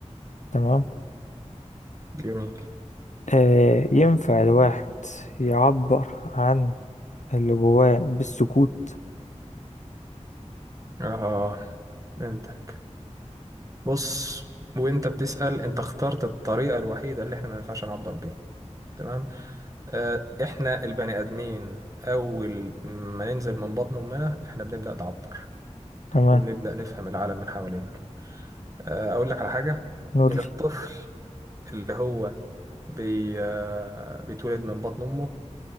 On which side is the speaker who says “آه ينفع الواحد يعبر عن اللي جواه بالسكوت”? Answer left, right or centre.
Left